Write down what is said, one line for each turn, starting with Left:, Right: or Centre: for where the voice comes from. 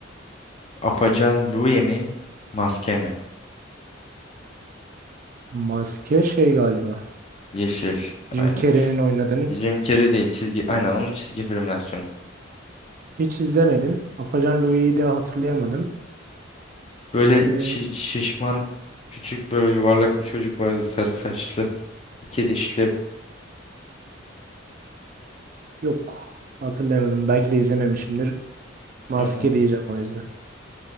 Left: Apacan Louie mi? Maske mi?
Right: Maske şey galiba.
Left: Yeşil.
Right: Jim
Left: Aynen.
Right: Carrey'nin oynadığını
Left: Jim Carrey değil. Çizgi. Aynen onun çizgi film versiyonu.
Right: hiç izlemedim. Afacan Louie'yi de hatırlayamadım.
Left: Böyle
Right: Ee,
Left: şi- şişman küçük böyle yuvarlak bir çocuk vardı sarı saçlı. İki dişli
Right: yok hatırlayamadım. Belki de izlememişimdir. Maske
Left: Hı hı.
Right: diyeceğim o yüzden.